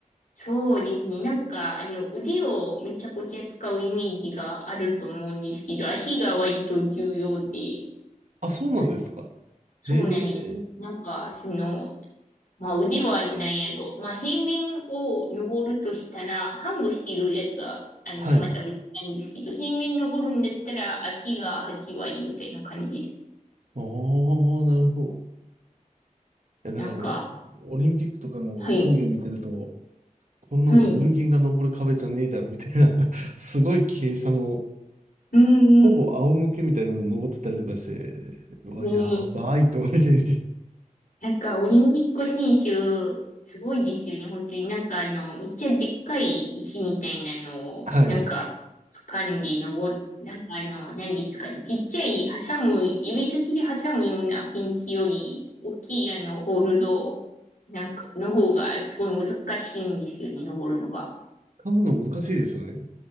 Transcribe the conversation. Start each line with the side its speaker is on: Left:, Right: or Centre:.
Left: そうですね。なんか、あの、腕をめちゃくちゃ使うイメージがあると思うんですけど、足が割と重要で、
Right: あ、そうなんですか。
Left: なんそうなんです。
Right: ええー
Left: なんか、その、まあ、腕はなんやろ。まあ、平面を登るとしたら、ハングしてるやつは、あの、
Right: はい。
Left: また別なんですけど、平面登るんだったら足が8割みたいな感じです。
Right: ああ、なるほど。え、なんかあの、
Left: なんか、
Right: オリンピックとかの競技を見てると、
Left: はい、
Right: こんなの人間が登る壁じゃねえだろみたいな
Left: はい。
Right: <laughs> すごい傾斜の、
Left: う
Right: ほぼ仰向けみたいなの登ってたりとかして、
Left: ん、
Right: うわ、
Left: うん。
Right: やばいと思って見て。
Left: なんか、オリンピック選手、すごいですよね、本当に。なんか、あの、めっちゃでっかい石みたいなのを、
Right: はい。
Left: なんか、掴んで登っ、なんかあの、何ですかね、ちっちゃい、挟む、指先で挟むようなピンチより、大きいあの、ホールド、なんか、の方が、すごい難しいんですよね、登るのが。
Right: 噛むの難しいですよね。